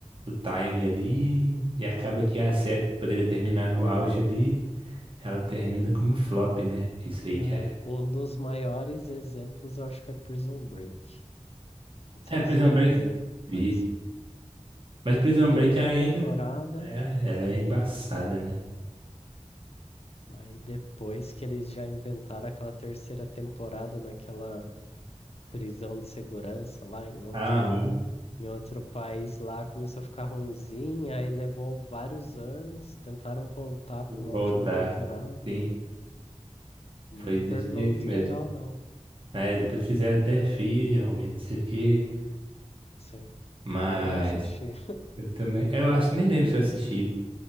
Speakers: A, on the right; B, on the left.
A: o, o time ali e acaba que a série que poderia terminar no auge ali, ela termina como flop, né? Isso
B: É,
A: aí que é.
B: um dos maiores exemplos eu acho que é Prison Break. Não sei
A: É, Prison
B: se você já
A: Break,
B: viu,
A: vi.
B: mas
A: Mas Prison
B: primeira
A: Break ainda,
B: temporada,
A: é, ela é embaçada, né?
B: aí depois que eles já inventaram aquela terceira temporada naquela prisão de segurança lá em outro,
A: Aham,
B: em outro país lá, começou a ficar ruinzinha, aí levou vários anos, tentaram voltar para
A: vou
B: uma
A: voltar.
B: última temporada,
A: Sim.
B: mas
A: Foi
B: não
A: desse
B: terminou
A: jeito
B: muito
A: mesmo.
B: legal, não.
A: Aí depois fizeram até filme, não sei o quê.
B: Sim,
A: Mas
B: eu nem assisti.
A: eu também. Eu acho, nem lembro se eu assisti.